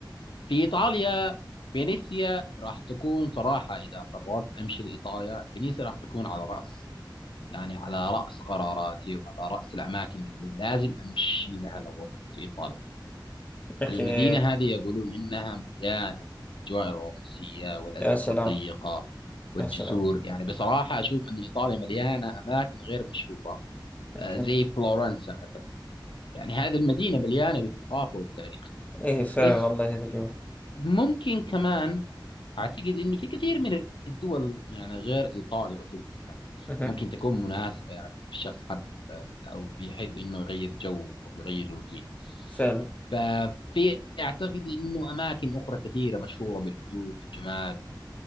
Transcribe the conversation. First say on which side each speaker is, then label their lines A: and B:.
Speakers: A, on the left; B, on the left.
A: في ايطاليا فينيسيا راح تكون صراحة اذا قررت امشي لايطاليا فينيسيا راح تكون على رأس يعني على رأس قراراتي وعلى رأس الاماكن اللي لازم امشي لها لو رحت ايطاليا
B: أوكي
A: المدينة هذه يقولون إنها مليانة الأجواء الرومانسية والأزقة
B: يا سلام
A: الضيقة والجسور
B: يا سلام
A: يعني بصراحة أشوف أن إيطاليا مليانة أماكن غير مشهورة
B: أوكي
A: آه، زي فلورنسا مثلا يعني هذه المدينة مليانة بالثقافة والتاريخ
B: إي فعلا
A: بس
B: والله هذا جميل
A: ممكن كمان أعتقد أن في كثير من الدول يعني غير إيطاليا وتركيا
B: مهم.
A: ممكن تكون مناسبة يعني لو الشخص حب آه، أو بيحب أنه يغير جو أو يغير روتين
B: فعلا
A: ففي اعتقد انه اماكن اخرى كثيره مشهوره بالهدوء والجمال